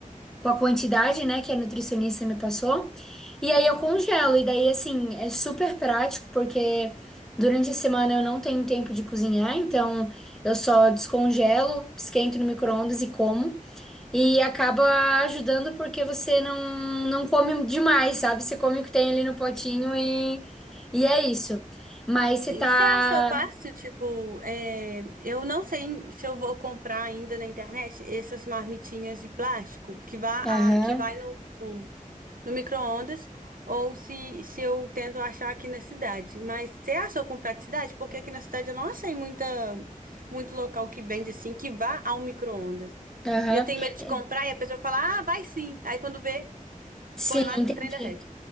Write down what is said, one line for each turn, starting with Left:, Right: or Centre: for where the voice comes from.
Centre: com a quantidade, né, que a nutricionista me passou. E aí eu congelo. E daí, assim, é super prático, porque durante a semana eu não tenho tempo de cozinhar, então eu só descongelo, esquento no micro-ondas e como. E acaba ajudando porque você não, não come demais, sabe? Você come o que tem ali no potinho e, e é isso. Mas você
Right: E
Centre: tá.
Right: você achou fácil? Tipo, é, eu não sei se eu vou comprar ainda na internet essas marmitinhas de plástico que vai,
Centre: Aham,
Right: a- que vai no, no micro-ondas ou se, se eu tento achar aqui na cidade. Mas você achou com praticidade? Porque aqui na cidade eu não achei muita, muito local que vende assim que vá ao micro-ondas.
Centre: aham.
Right: E eu tenho medo de
Centre: É,
Right: comprar e a pessoa fala, ah, vai sim. Aí quando vê,
Centre: Sim,
Right: põe lá
Centre: entendi.
Right: no trem da